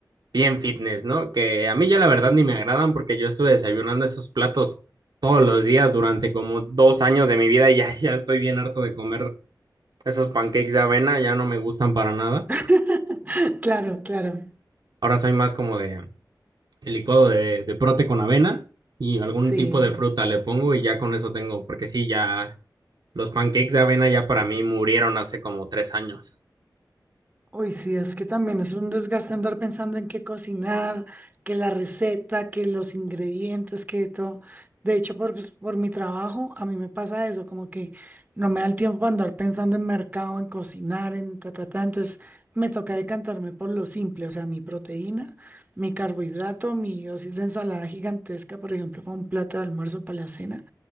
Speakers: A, on the right (about 65°); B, on the right (about 20°).
A: bien fitness, ¿no? Que a mí ya la verdad ni me agradan porque yo estuve desayunando esos platos todos los días durante como dos años de mi vida y ya, <laughs> ya estoy bien harto de comer esos pancakes de avena, ya no me gustan para nada.
B: <laughs> Claro, claro.
A: Ahora soy más como de el licuado de, de prote con avena y algún
B: Sí,
A: tipo
B: ¿eh?
A: de fruta le pongo y ya con eso tengo, porque sí, ya los pancakes de avena ya para mí murieron hace como tres años.
B: Uy, sí, es que también es un desgaste andar pensando en qué cocinar, que la receta, que los ingredientes, que todo. De hecho, por, pues, por mi trabajo, a mí me pasa eso, como que no me da el tiempo para andar pensando en mercado, en cocinar, en ta, ta, ta. Entonces, me toca decantarme por lo simple, o sea, mi proteína, mi carbohidrato, mi dosis de ensalada gigantesca, por ejemplo, para un plato de almuerzo, para la cena,